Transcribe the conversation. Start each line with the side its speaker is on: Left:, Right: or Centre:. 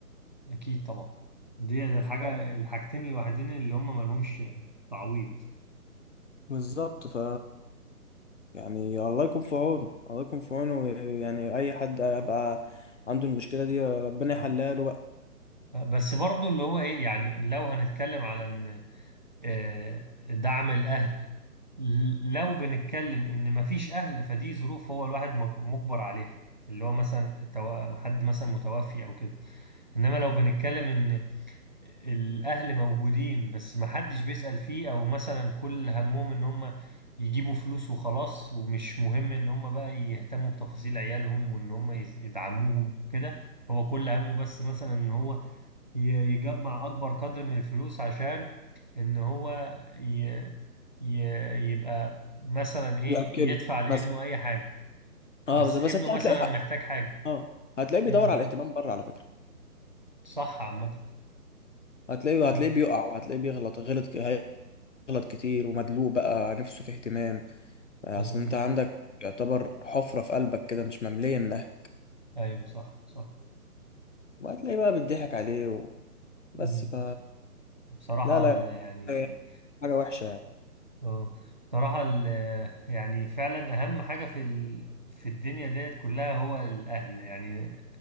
Right: اكيد طبعا دي ده الحاجة
Left: ف-
Right: الحاجتين الوحيدين اللي هم ما لهمش تعويض
Left: بالظبط ف يعني الله يكون في عونه الله يكون في عونه يعني أي حد يبقى عنده المشكلة دي ربنا يحلها
Right: مم.
Left: له بقى
Right: بس برضو اللي هو ايه يعني لو هنتكلم على ان آه، دعم الاهل ل- لو بنتكلم ان مفيش اهل فدي ظروف هو الواحد مج- مجبر عليها اللي هو مثلا التوا- حد مثلا متوفي او كده انما لو بنتكلم ان الاهل موجودين بس محدش بيسأل فيه او مثلا كل همهم ان هم يجيبوا فلوس وخلاص ومش مهم ان هم بقى يهتموا بتفاصيل عيالهم وان هم يز- يدعموهم وكده هو كل همه بس مثلا ان هو ي- يجمع اكبر قدر من الفلوس عشان ان هو ي... ي... يبقى مثلا ايه
Left: يأكله
Right: يدفع لابنه
Left: مثلا
Right: اي حاجة
Left: اه
Right: بس
Left: بس بس
Right: ابنه
Left: أنت هتلاقيه
Right: مثلا محتاج حاجة
Left: اه هتلاقيه بيدور
Right: امم
Left: على الاهتمام بره على فكرة
Right: صح عامة
Left: هتلاقيه هتلاقيه
Right: أ-
Left: بيقع وهتلاقيه بيغلط غلط غلط كتير ومدلوق بقى نفسه في اهتمام اصل
Right: مظبوط
Left: انت عندك يعتبر حفرة في قلبك كده مش مملية من اهلك
Right: ايوه صح صح
Left: وهتلاقي بقى بيضحك عليه و... بس
Right: امم
Left: ف
Right: بصراحة
Left: لا لا
Right: ال... يعني
Left: هي حاجة وحشة يعني
Right: اه بصراحة ال... يعني فعلا اهم حاجة في ال... في الدنيا ديت كلها هو الاهل يعني